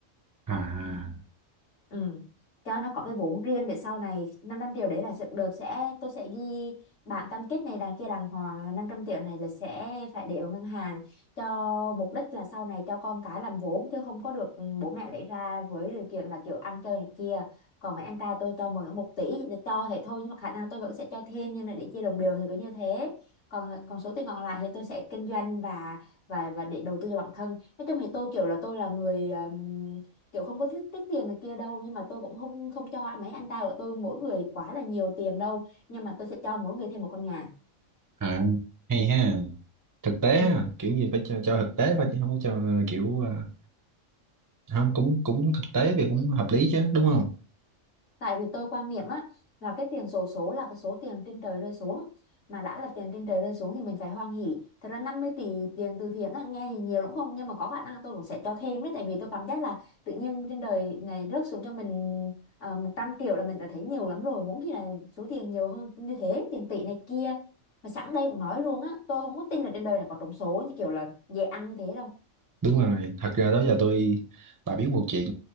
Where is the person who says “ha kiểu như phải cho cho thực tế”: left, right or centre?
Right